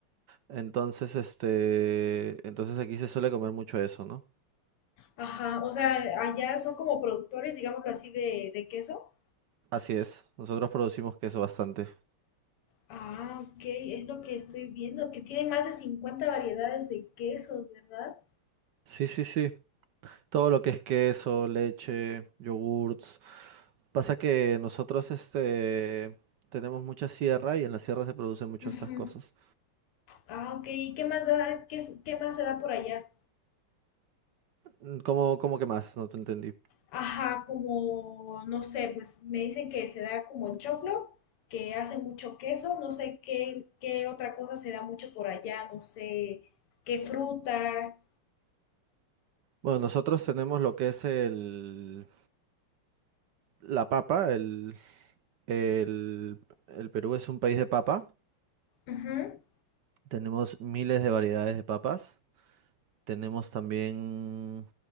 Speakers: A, on the right; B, on the left.
A: Entonces, este, entonces aquí se suele comer mucho eso, ¿no?
B: Ajá, o sea, allá son como productores, digámoslo así, de, de queso.
A: Así es. Nosotros producimos queso bastante.
B: Ah, ok, es lo que estoy viendo, que tienen más de 50 variedades de quesos, ¿verdad?
A: Sí, sí, sí. Todo lo que es queso, leche, yogurts. Pasa que nosotros este tenemos mucha sierra y en la sierra se producen muchas
B: Ujú.
A: estas cosas.
B: Ah, ok, ¿y qué más da, qué, es- qué más se da por allá?
A: Mm, ¿Cómo, cómo que más? No te entendí.
B: Ajá, como, no sé, pues me dicen que se da como el choclo, que hace mucho queso, no sé qué, qué otra cosa se da mucho por allá, no sé, qué fruta.
A: Bueno, nosotros tenemos lo que es el la papa, el, el, el Perú es un país de papa.
B: Ujú.
A: Tenemos miles de variedades de papas. Tenemos también,